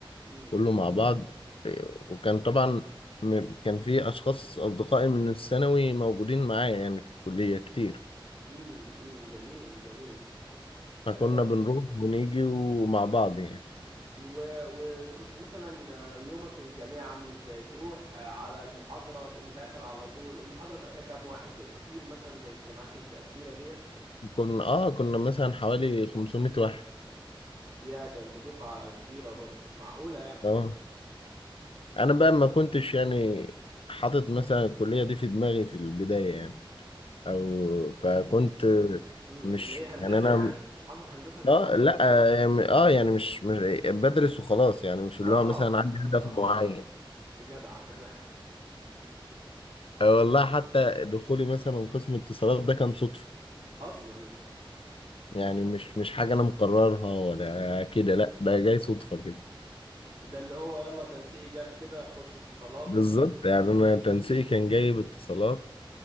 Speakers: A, on the right; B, on the left.
A: امم
B: كله مع بعض آه، وكان طبعا م- كان في اشخاص اصدقائي من الثانوي موجودين معايا يعني في الكلية كتير
A: امم امم جميل جميل
B: فكنا
A: آم،
B: بنروح ونيجي ومع بعض يعني
A: و- وكنت مثلا آه، يومك الجامعي عامل ازاي تروح آه، على المحاضرة تقوم داخل على طول المحاضرة بقى فيها كام واحد بتبقوا كتير مثلا زي الجامعات اللي بتبقى كبيرة ديت
B: كنا اه كنا مثلا حوالي 500 واحد
A: يا ده انتوا دفعة كبيرة برضه معقولة يعني
B: اه انا بقى ما كنتش يعني حاطط مثلا الكلية دي في دماغي في البداية يعني او فكنت
A: ال... امم
B: مش
A: اللي هي هندسة
B: يعني انا
A: يعني مش حاطط هندسة في دماغك
B: اه لا يعني اه يعني مش مش بدرس وخلاص يعني مش اللي
A: اه
B: هو مثلا عندي
A: <laughs> ما
B: هدف
A: شاء
B: معين
A: الله جدع جدع
B: آه، والله حتى دخولي مثلا قسم اتصالات ده كان صدفة
A: اصلا
B: يعني مش مش حاجة انا مقررها ولا كده لا ده جاي صدفة كده
A: ده اللي هو يلا تنسيق جاب كده خش اتصالات
B: بالظبط يعني انا تنسيقي كان جايب اتصالات